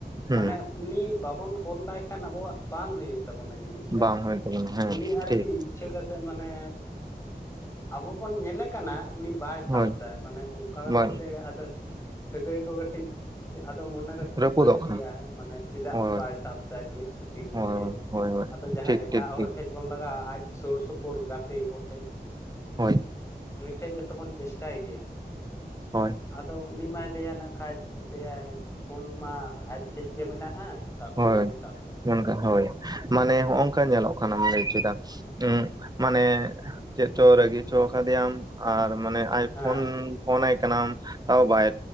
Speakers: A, on the right; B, on the left.
A: ᱦᱩᱸ
B: ᱢᱟᱱᱮ ᱩᱱᱤ ᱵᱟᱵᱚᱱ ᱠᱚᱞ ᱞᱟᱭᱠᱷᱟᱱ ᱟᱵᱚᱣᱟᱜ ᱵᱟᱝ ᱦᱩᱭᱩᱜ ᱛᱟᱵᱚᱱᱟ ᱡᱤᱱᱤᱥᱴᱟ
A: ᱵᱟᱝ ᱦᱩᱭ ᱛᱟᱵᱚᱱᱟ ᱦᱮᱸ
B: ᱩᱱᱤ ᱟᱨᱠᱤ
A: ᱴᱷᱤᱠ
B: ᱤᱪᱷᱟᱹ ᱠᱟᱛᱮ ᱢᱟᱱᱮ ᱟᱵᱚ ᱵᱚᱱ ᱧᱮᱞᱮ ᱠᱟᱱᱟ ᱩᱱᱤ ᱵᱟᱭ ᱥᱟᱵᱫᱟᱭ
A: ᱦᱳᱭ
B: ᱢᱟᱱᱮ ᱚᱱᱠᱟ ᱠᱟᱛᱮᱫ
A: ᱵᱟᱝ
B: ᱜᱮ ᱟᱫᱚ ᱥᱟᱹᱜᱟᱹᱭ ᱠᱚ ᱠᱟᱹᱴᱤᱡ ᱟᱫᱚ ᱢᱚᱱᱮᱨᱮ ᱠᱷᱩᱫ
A: ᱨᱟᱹᱯᱩᱫᱚᱜ
B: ᱵᱟᱹᱲᱛᱤᱜᱼᱟ
A: ᱠᱟᱱᱟ
B: ᱢᱟᱱᱮ ᱪᱮᱫᱟᱜ
A: ᱦᱳᱭ
B: ᱵᱟᱭ ᱥᱟᱵ ᱫᱟᱭ ᱪᱮᱫ ᱠᱷᱟᱹᱛᱤᱨ
A: ᱦᱳᱭ
B: ᱥᱮ ᱪᱮᱫ
A: ᱦᱳᱭ ᱦᱳᱭ
B: ᱟᱫᱚ ᱡᱟᱦᱟᱸᱭ
A: ᱴᱷᱤᱠ
B: ᱮᱴᱟᱜ
A: ᱴᱷᱤᱠ
B: ᱦᱚᱲ
A: ᱴᱷᱤᱠ
B: ᱴᱷᱮᱡ ᱵᱚᱱ ᱞᱟᱜᱟᱣᱟ ᱟᱡ ᱥᱩᱨ ᱥᱩᱯᱩᱨ ᱜᱟᱛᱮ ᱠᱚᱴᱷᱮᱡ
A: ᱦᱳᱭ
B: ᱩᱱᱤ ᱴᱷᱮᱡ ᱜᱮᱛᱚ ᱵᱚᱱ ᱪᱮᱥᱴᱟᱭ ᱜᱮᱭᱟ
A: ᱦᱳᱭ
B: ᱟᱫᱚ ᱩᱱᱤ ᱢᱟᱭ ᱞᱟᱹᱭᱟ ᱱᱟᱜ ᱠᱷᱟᱡ ᱞᱟᱹᱭᱟᱭ ᱯᱷᱳᱱ ᱢᱟ ᱟᱡᱴᱷᱮᱡ ᱜᱮ ᱢᱮᱱᱟᱜᱼᱟ ᱥᱟᱵ
A: ᱦᱳᱭ
B: ᱜᱮ ᱵᱟᱝ ᱮ ᱥᱟᱵ ᱮᱫᱟᱭ
A: <unintelligible> ᱦᱳᱭ ᱢᱟᱱᱮ ᱦᱚᱜᱝᱠᱟ ᱧᱮᱞᱚᱜ ᱠᱟᱱᱟᱢ ᱞᱟᱹᱭ ᱠᱮᱫᱟ ᱦᱚ ᱢᱟᱱᱮ ᱪᱮᱫ ᱪᱚ ᱨᱟᱹᱜᱤ ᱪᱚ ᱠᱟᱫᱮᱭᱟᱢ ᱟᱨ ᱢᱟᱱᱮ ᱟᱭ
B: ᱦᱮᱸ
A: ᱯᱷᱳᱱ ᱯᱷᱳᱱ ᱟᱭ ᱠᱟᱱᱟᱢ ᱛᱟᱣ ᱵᱟᱭ